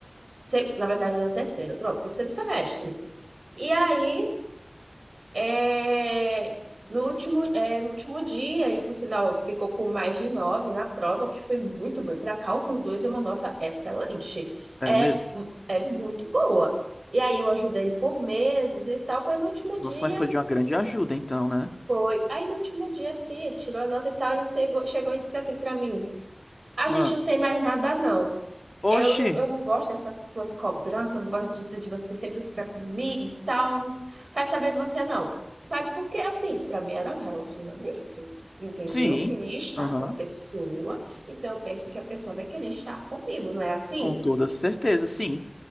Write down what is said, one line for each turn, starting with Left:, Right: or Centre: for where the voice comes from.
Right: Se- na verdade, era terceiro, pronto, terceiro semestre. E aí, é, no último, é, no último dia, ele, por sinal, ficou com mais de nove na prova, o que foi muito bom. Para cálculo 2 é uma nota excelente.
Left: É
Right: É,
Left: mesmo?
Right: é muito boa. E aí, eu ajudei ele por meses e tal, mas no último dia.
Left: Nossa, mas foi de uma grande ajuda, então, né?
Right: Foi. Aí no último dia, assim, ele tirou a nota e tal, ele chegou, chegou e disse assim para mim. A
Left: Uma...
Right: gente não tem mais nada, não. Eu
Left: Oxi,
Right: não, eu não gosto dessas suas cobranças, não gosto disso de você sempre ficar comigo e tal. Não quero saber de você, não. Sabe por quê? Assim, pra mim era um relacionamento, entendeu?
Left: sim.
Right: Eu queria estar
Left: Aham.
Right: com a pessoa, então eu penso que a pessoa vai querer estar comigo, não é assim?
Left: Com toda certeza, sim.